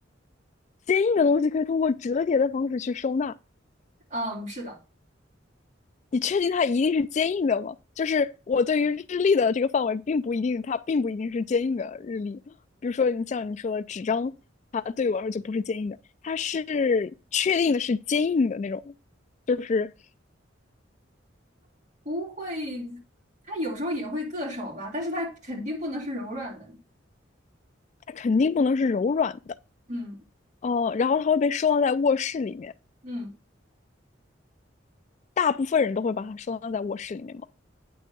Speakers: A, on the left; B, on the right.
A: 坚硬的东西可以通过折叠的方式去收纳
B: 嗯，是的。
A: 你确定它一定是坚硬的吗？就是我对于日历的这个范围，并不一定，它并不一定是坚硬的日历。比如说，你像你说的纸张，它对于我来说就不是坚硬的，它是确定的是坚硬的那种，就是
B: 不会，它有时候也会硌手吧，但是它肯定不能是柔软的。
A: 它肯定不能是柔软的。
B: 嗯
A: 哦、然后它会被收纳在卧室里面，
B: 嗯
A: 大部分人都会把它收纳在卧室里面吗